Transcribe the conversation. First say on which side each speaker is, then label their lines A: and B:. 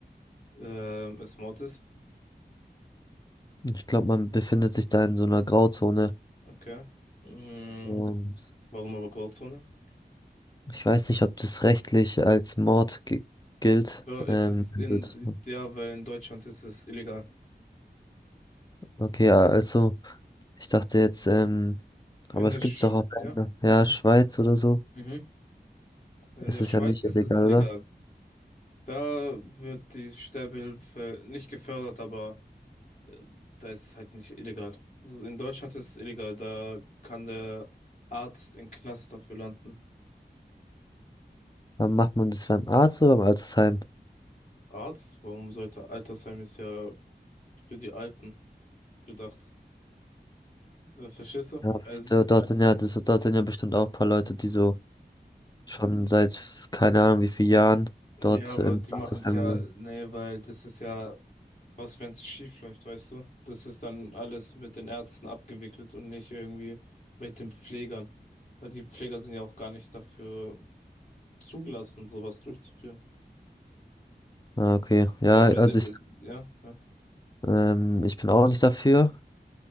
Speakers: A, on the left (about 45°); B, on the left (about 25°).
A: ähm, es Mord ist?
B: Ich glaube, man befindet sich da in so einer Grauzone.
A: Okay. Mm,
B: Und
A: Warum aber Grauzone?
B: ich weiß nicht, ob das rechtlich als Mord gi- gilt.
A: Ja, es
B: Ähm,
A: ist in,
B: wird-
A: ja, weil in Deutschland ist es illegal.
B: okay, ja, also ich dachte jetzt, ähm,
A: In
B: aber es
A: der, Sch
B: gibt doch auch
A: ja,
B: Länder, ja, Schweiz oder so,
A: mhm. In
B: ist
A: der
B: es
A: Schweiz
B: ja nicht
A: ist
B: illegal,
A: es legal.
B: oder?
A: Da wird die Sterbehilfe nicht gefördert, aber äh, da ist es halt nicht illegal. Also in Deutschland ist es illegal, da kann der Arzt im Knast dafür landen.
B: Aber macht man das beim Arzt oder beim Altersheim?
A: Arzt? Warum sollte Altersheim ist ja für die Alten gedacht. Äh, Verstehst du?
B: Ja,
A: Also,
B: da- dort sind ja, das, dort sind ja bestimmt auch ein paar Leute, die so schon seit f- keine Ahnung wie vielen Jahren
A: ja,
B: dort
A: aber
B: im
A: die
B: Altersheim
A: machen es ja,
B: sind.
A: nee, weil das ist ja Was, wenn es schief läuft, weißt du? Das ist dann alles mit den Ärzten abgewickelt und nicht irgendwie mit den Pflegern. Weil die Pfleger sind ja auch gar nicht dafür zugelassen, sowas durchzuführen.
B: Ah, okay, ja,
A: Weil am
B: also
A: Ende, äh,
B: ich,
A: ja, ja.
B: ähm, ich bin auch nicht dafür.